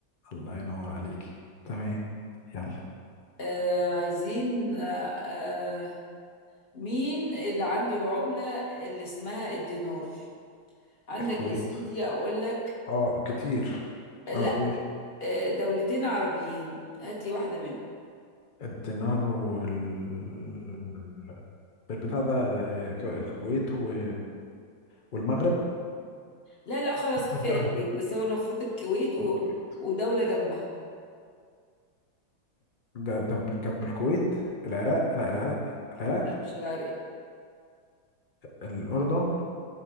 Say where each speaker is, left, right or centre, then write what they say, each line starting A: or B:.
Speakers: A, on the left; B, on the left.
A: الله ينور عليكي تمام يلا
B: آه عايزين آه آه مين اللي عنده العملة اللي اسمها الدينار عندك
A: الكويت
B: يا سيدي اقول لك
A: اه كتير
B: لا
A: اقول
B: آه دولتين عربيين هات لي واحدة منهم
A: الدينار وال البتاع ده ك- الكويت و... والمغرب
B: لا لا خلاص كفاية
A: الدرهم
B: الكويت بس هو المفروض الكويت و...
A: ج-
B: ودولة جنبها
A: جنب جنب الكويت العراق
B: مم.
A: لا العراق العراق
B: لا مش العراق
A: الأردن